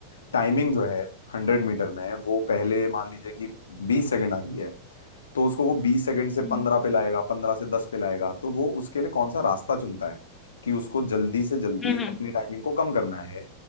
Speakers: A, on the left; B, on the left.
A: टाइमिंग जो है हंड्रेड मीटर में वो पहले मान लीजिए कि बीस सेकंड आ रही है तो उसको वो बीस सेकंड से
B: हम्म
A: पंद्रह पे लाएगा पंद्रह से दस पे लाएगा तो वो उसके लिए कौन सा रास्ता चुनता है कि उसको जल्दी से जल्दी
B: हम्म हम्म
A: अपनी टाइमिंग को कम करना है